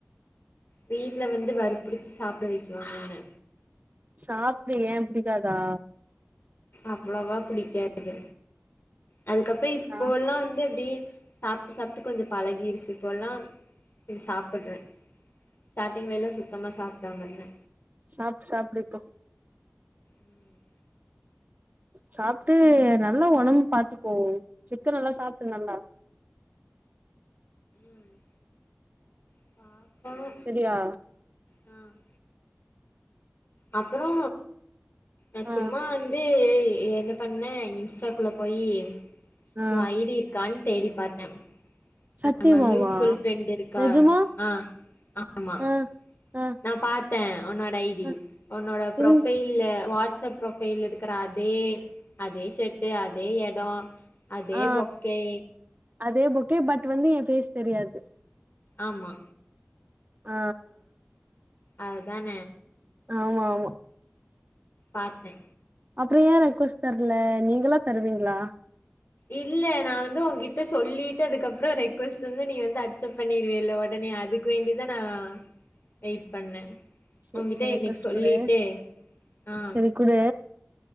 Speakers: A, on the left; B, on the right.
A: வீட்ல வந்து வற்புறுத்தி சாப்ட வைக்குவாங்க என்ன
B: சாப்டு ஏன் புடிக்காதா
A: அவ்ளவா புடிக்காது அதுக்கப்றோ இப்போல்லா
B: ஆ
A: வந்து அப்டியே சாப்ட்டு சாப்ட்டு கொஞ்சோ பழகிடுச்சு இப்போலா இது சாப்புட்றே ஸ்டார்டிங் வேல சுத்தமா சாப்டாமருந்தே
B: சாப்டு சாப்டு இப்போ
A: ம்
B: சாப்ட்டு நல்லா ஒடம் பாத்துக்கோ சிக்கன் எல்லா சாப்டு நல்லா
A: ம் <unintelligible>
B: சரியா
A: ம் அப்பறோ நா
B: ஆ
A: சும்மா வந்து ஏ என்ன பண்ணே இன்ஸ்டாக்குள்ள போயி
B: ஆ
A: ஓ ஐடி இருக்கான் தேடி பாத்தே
B: சத்தியமாவா
A: நாம மியூச்சுவல் ஃபிரெண்ட் இருக்கா
B: நெஜமா
A: ஆ ஆமா
B: ஆ ஆ
A: நா பாத்தே உன்னோட ஐடி
B: ஆ
A: உன்னோட ப்ரோஃபைல்ல
B: இருந்து
A: வாட்ஸப் ப்ரொஃபைல் இருக்குற அதே அதே ஷட்டு அதே எடோ அதே
B: ஆ
A: பொக்கே
B: அதே புக்கே பட் வந்து ஏன் ஃபேஸ் தெரியாது
A: ஆமா
B: ஆ
A: அத் தான
B: ஆமா ஆமா
A: பாத்தே
B: அப்புறோ ஏ ரெக்வஸ்ட் தர்ல நீங்களா தர்விங்ளா
A: இல்ல நா வந்து உங்க்கிட்ட சொல்லிட்டு அதுக்கப்புறோ ரெக்வஸ்ட் வந்து நீ வந்து அக்செப்ட் பண்ணிருவேல்ல உடனே அதுக் வேண்டிதானா வெய்ட் பண்ணே
B: செரி
A: உங்கிட்ட
B: செரி ரெக்வஸ்ட்
A: இன்னைக்கி சொல்லிட்டு
B: குடு
A: ஆ
B: செரி குடு